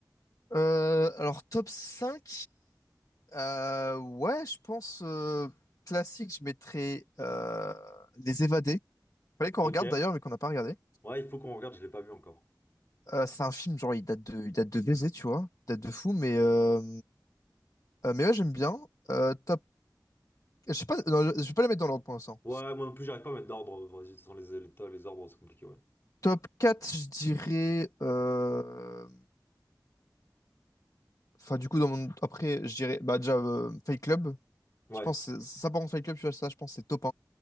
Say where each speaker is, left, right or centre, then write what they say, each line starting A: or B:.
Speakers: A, on the left; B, on the left.
A: Euh, alors, top 5 euh, ouais, je pense euh, classique, je mettrais euh, Les Évadés. Fallait qu'on
B: Ok.
A: regarde
B: Ouais,
A: d'ailleurs, mais qu'on n'a pas regardé.
B: il faut qu'on regarde, je l'ai pas vu encore.
A: Euh, c'est un film, genre, il date de, il date de baiser, tu vois. Il date de fou, mais, euh, euh, mais ouais, j'aime bien. Euh, top, je sais pas, non, je vais pas les mettre dans l'ordre pour l'instant.
B: Ouais, moi non plus, j'arrive pas à mettre d'ordre. Vas-y, sans les, les, les ordres, c'est compliqué, ouais.
A: Top 4 je dirais. euh, Enfin, du coup, dans mon... après, je dirais bah, déjà euh, Fight Club.
B: Ouais.
A: Je pense que c'est- ça, par contre, Fight Club, tu vois, ça, je pense que c'est top